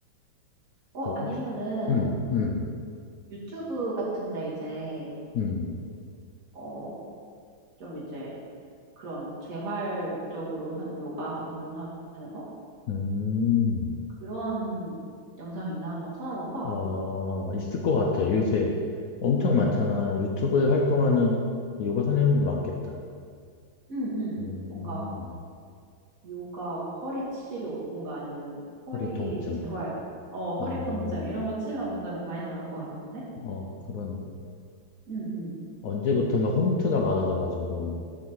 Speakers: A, on the right (about 40°); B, on the left (about 80°).
A: 어,
B: 자,
A: 아니면은
B: 혹시 음, 음,
A: 유튜브 같은데 이제,
B: 음,
A: 어, 좀 이제 그런 재활 목적으로 한 요가 운동하는 거?
B: 음.
A: 그런 영상 있나 한번 찾아봐봐.
B: 아, 있을 것 같아.
A: 어,
B: 요새 엄청 많잖아. 유튜브에 활동하는 요가 선생님도 많겠다.
A: 응, 응.
B: 음,
A: 뭔가 요가, 허리 치료, 뭔가 아니면은 허리
B: 허리 통증.
A: 재활, 어, 허리
B: 어,
A: 통증 이런 거 치면 뭔가 나- 많이 나올 것 같은데?
B: 어, 그러네.
A: 응, 응.
B: 언제부턴가 홈트가 많아져가지고